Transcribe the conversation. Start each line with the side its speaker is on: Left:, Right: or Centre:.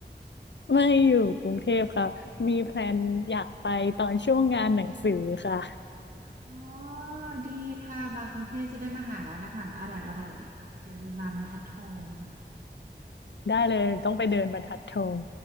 Left: ไม่อยู่กรุงเทพค่ะมีแพลนอยากไปตอนช่วงงานหนังสือค่ะ
Right: อ๋อดีค่ะมากรุงเทพจะได้มาหาร้านอาหารอร่อยอร่อยอย่าลืมมาบรรทัดทอง
Left: <laughs> ได้เลยต้องไปเดินบรรทัดทอง